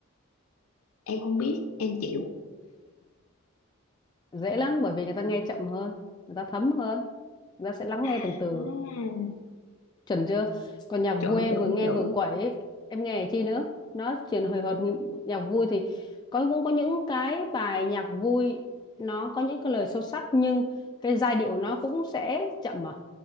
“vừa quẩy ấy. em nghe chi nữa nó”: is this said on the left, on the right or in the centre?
Left